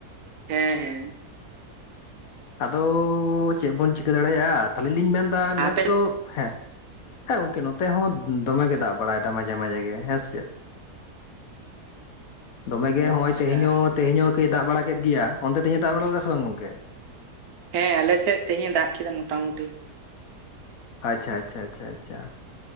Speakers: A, on the right; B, on the left.
A: ᱦᱮᱸ ᱦᱮᱸ
B: ᱟᱫᱳᱻ ᱪᱮᱜ ᱵᱚᱱ ᱪᱤᱠᱟᱹ ᱫᱟᱲᱮᱭ-ᱟ ᱛᱟᱦᱞᱮ ᱞᱤᱧ ᱢᱮᱱᱫᱟ ᱱᱮᱥ
A: ᱟᱯᱮ
B: ᱫᱚ ᱦᱮᱸ, ᱦᱮᱸ ᱜᱚᱝᱠᱮ ᱱᱚᱛᱮ ᱦᱚᱸ ᱫᱚᱢᱮ ᱜᱮᱭ ᱫᱟᱜ ᱵᱟᱲᱟᱭ ᱫᱟ ᱢᱟᱡᱷᱮ ᱢᱟᱡᱷᱮ ᱜᱮ ᱦᱮᱸᱥᱮ ᱪᱮᱫ, ᱫᱚᱢᱮᱜᱮ
A: ᱟᱪᱪᱷᱟ
B: ᱜᱮ ᱦᱚᱸᱜ-ᱚᱭ ᱛᱮᱦᱮᱧ ᱦᱚᱸ, ᱛᱮᱦᱮᱧ ᱦᱚᱸ ᱠᱟᱺᱡ-ᱮ ᱫᱟᱜ ᱵᱟᱲᱟ ᱠᱮᱫ ᱜᱮᱭᱟ᱾ ᱚᱱᱛᱮ ᱛᱮᱦᱮᱧᱮ ᱫᱟᱜ ᱵᱟᱲᱟ ᱞᱮᱫᱮᱴᱟ ᱥᱮ ᱵᱟᱝ ᱜᱚᱝᱠᱮ?
A: ᱦᱮᱸ ᱟᱞᱮ ᱥᱮᱫ ᱛᱮᱦᱮᱧ ᱫᱟᱜ ᱠᱮᱫᱟ ᱢᱚᱴᱟᱢᱩᱴᱤ᱾
B: ᱟᱪᱪᱷᱟ ᱟᱪᱪᱷᱟ ᱟᱪᱪᱷᱟ ᱟᱪᱷᱟ